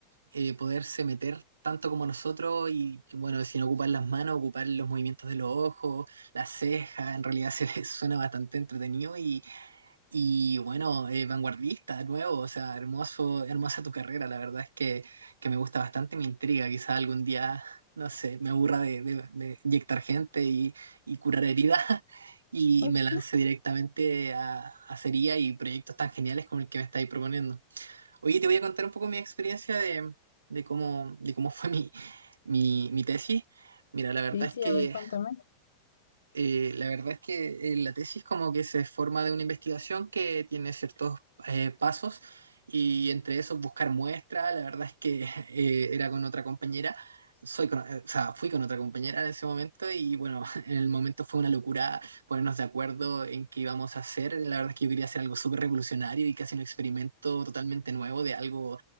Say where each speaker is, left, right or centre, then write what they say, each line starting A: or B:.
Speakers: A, on the right; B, on the left.
A: eh, poderse meter tanto como nosotros y bueno, sin ocupar las manos, ocupar los movimientos de los ojos, las cejas, en realidad se <laughs> suena bastante entretenido y Y bueno, eh, vanguardista, nuevo, o sea, hermoso, hermosa tu carrera, la verdad es que, que me gusta bastante, me intriga, quizá algún día, no sé, me aburra de, de- de inyectar gente y, y curar heridas <laughs> y
B: <laughs> Ujú.
A: me lance directamente a, a cería y proyectos tan geniales como el que me estáis proponiendo. Oye, te voy a contar un poco mi experiencia de, de cómo, de cómo fue mi, mi, mi tesis. Mira, la verdad
B: Sí, sí,
A: es que
B: a ver, cuéntame.
A: eh, la verdad es que eh, la tesis como que se forma de una investigación que tiene ciertos eh, pasos y entre esos buscar muestras, la verdad es que <laughs> eh, era con otra compañera, soy con- eh, o sea, fui con otra compañera en ese momento y bueno, <laughs> en el momento fue una locura ponernos de acuerdo en qué íbamos a hacer, la verdad es que yo quería hacer algo súper revolucionario y casi un experimento totalmente nuevo de algo